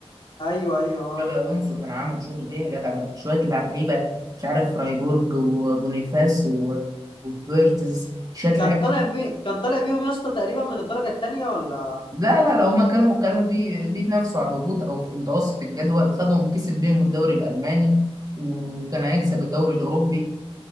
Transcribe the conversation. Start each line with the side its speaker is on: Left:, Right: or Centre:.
Left: ايوه ايوه اه
Right: جابي الونسو كان عامل شغل ايه يا جدع ده شويه لعيبه مش عارف فرايبورج وبونيفاس و- وفيرتز شويه لعيبه
Left: كان طالع بي... كان طالع بيهم يا اسطى تقريبا من الدرجة التانية ولا
Right: لا لا لا هما كانوا كانوا بي بيتنافسوا على الهبوط او في متوسط الجدول خدهم كسب بيهم الدوري الالماني وكان هيكسب الدوري الاوروبي